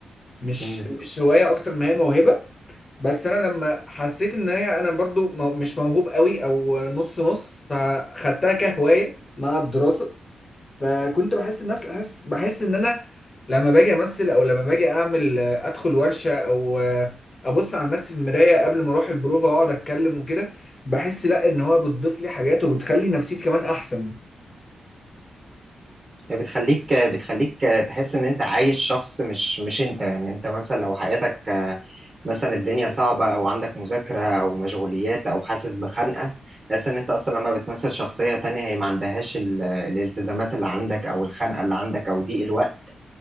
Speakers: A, on the left; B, on the right.
A: مش
B: امم
A: مش هواية اكتر ما هي موهبة بس انا لما حسيت ان هي انا برضو مو- مش موهوب قوي او نص نص فخدتها كهوايه مع الدراسه فكنت بحس بنفس الاحساس بحس ان انا لما باجي امثل او لما باجي اعمل ادخل ورشه او ابص على نفسي في المرايه قبل ما اروح البروفه واقعد اتكلم وكده بحس لا ان هو بتضيف لي حاجات وبتخلي نفسيتي كمان احسن
B: بتخليك بتخليك تحس ان انت عايش شخص مش مش انت يعني انت مثلا لو حياتك مثلا الدنيا صعبة أو عندك مذاكرة أو مشغوليات أو حاسس بخنقة تحس إن أنت أصلا لما بتمثل شخصية تانية هي ما عندهاش ال- الالتزامات اللي عندك أو الخنقة اللي عندك أو ضيق الوقت